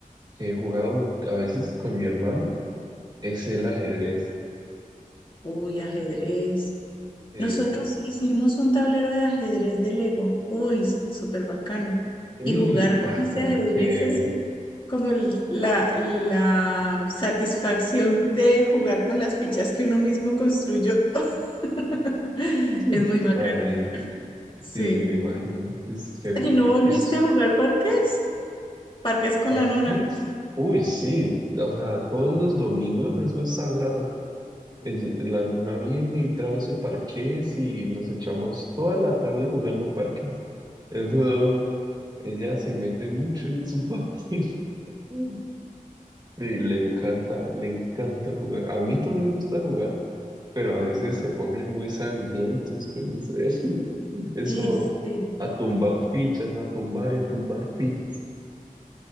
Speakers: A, on the right; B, on the left.
A: que he jugado a veces con mi hermano es el ajedrez.
B: uy, ajedrez.
A: Sí,
B: Nosotros hicimos un tablero de ajedrez de Lego. Uy, súper bacano.
A: sí,
B: Y jugar con
A: ah,
B: ese
A: tan
B: ajedrez
A: chévere.
B: es como el- la, la satisfacción de jugar con las fichas que uno mismo construyó. <laughs>
A: <laughs>
B: Es muy bacano.
A: Ay,
B: Sí.
A: sí, me imagino. Es chévere.
B: ¿Y no volviste
A: Es,
B: a jugar parques? Parques con
A: parques
B: la nona.
A: Uy, sí. O sea, todos los domingos eso es sagrado. El- la nona viene y trae su parqués y nos echamos toda la tarde jugando parqués. Eso. Ella se mete mucho en su <laughs> papel Mm. y le encanta, le encanta jugar. A mí también me gusta jugar, pero a veces se ponen muy sangrientos, yo no sé. <laughs> Eso,
B: Y, sí.
A: a tumbar fichas, a tumbar y a tumbar fichas.